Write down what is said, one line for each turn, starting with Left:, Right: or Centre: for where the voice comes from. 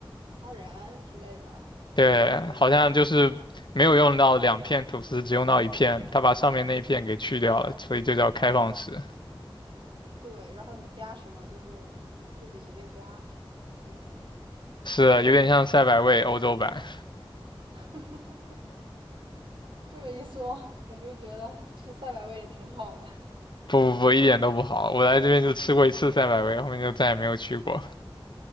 Right: 虾仁之类的，
Left: 对，
Right: 对
Left: 好像就是没有用到两片吐司，只用到一片，他把上面那一片给去掉了，所以就叫开放式。
Right: 对，然后你加什么就是自己随便加，随性。
Left: 是，有点像赛百味欧洲版。
Right: <laughs> 这么一说，我就觉得吃赛百味也挺好的。
Left: 不不不，一点都不好。我来这边就吃过一次赛百味，后面就再也没有去过。